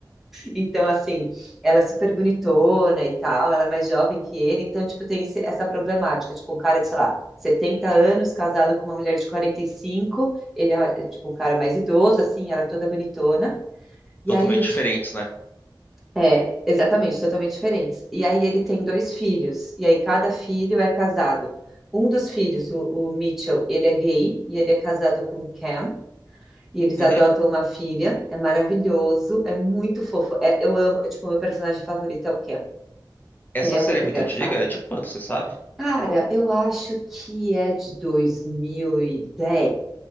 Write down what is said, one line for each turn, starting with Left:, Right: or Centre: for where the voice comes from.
Centre: Então, assim, ela é super bonitona e tal, ela é mais jovem que ele, então, tipo, tem esse- essa problemática, tipo, um cara de, sei lá, 70 anos, casado com uma mulher de quarenta e cinco ele é, é, tipo, um cara mais idoso, assim, ela é toda bonitona, e
Left: Totalmente
Centre: aí o... di-
Left: diferentes, né?
Centre: É, exatamente, totalmente diferentes. E aí ele tem dois filhos, e aí cada filho é casado. Um dos filhos, o, o Mitchell, ele é gay, e ele é casado com Cam, e eles
Left: Uhum.
Centre: adotam uma filha, é maravilhoso, é muito fofo. É, eu amo, tipo, meu personagem favorito é o Cam.
Left: Essa
Centre: Ele é
Left: série
Centre: muito
Left: é muito
Centre: engraçado.
Left: antiga? É De quando, você sabe?
Centre: Cara, eu acho que é de 2010.